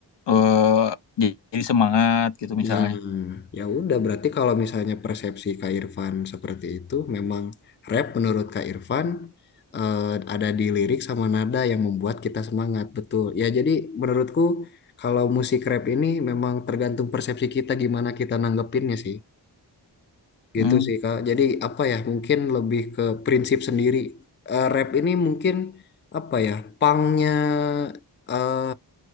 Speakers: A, on the left; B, on the left.
A: eh, j- jadi semangat gitu misalnya.
B: Nah, ya udah berarti kalau misalnya persepsi Kak Irfan seperti itu, memang rap menurut Kak Irfan eh, ada di lirik sama nada yang membuat kita semangat, betul. Ya jadi menurutku kalau musik rap ini memang tergantung persepsi kita gimana kita nanggepinnya sih. Gitu
A: Hmm.
B: sih Kak. Jadi apa ya, mungkin lebih ke prinsip sendiri. Eh, rap ini mungkin apa ya, pangnya eh,